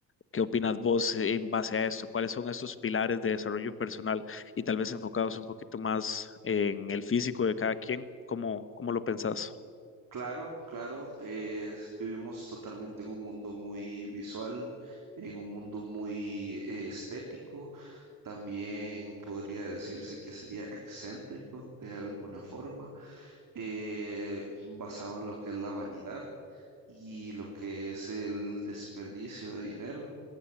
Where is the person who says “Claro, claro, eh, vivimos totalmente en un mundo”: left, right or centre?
Right